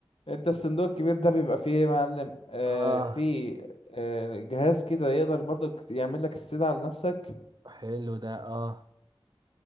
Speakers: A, on the left; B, on the right.
A: انت الصندوق الكبير ده بيبقى فيه ايه يا معلم آه
B: اه
A: فيه آه جهاز كده يقدر برضو كت- يعمل لك استدعاء لنفسك
B: حلو ده اه